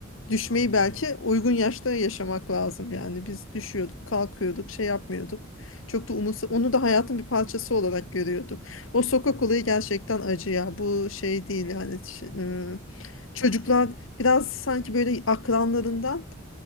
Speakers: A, on the left; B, on the left.
A: Düşmeyi
B: Aynen
A: belki
B: öyle.
A: uygun yaşta yaşamak lazım yani biz düşüyorduk kalkıyorduk şey yapmıyorduk çok da umursa onu da hayatın bir parçası olarak görüyorduk. O sokak
B: Evet.
A: olayı gerçekten acı ya bu şey değil yani Ş- ıı, çocuklar
B: Yani
A: biraz sanki böyle akranlarından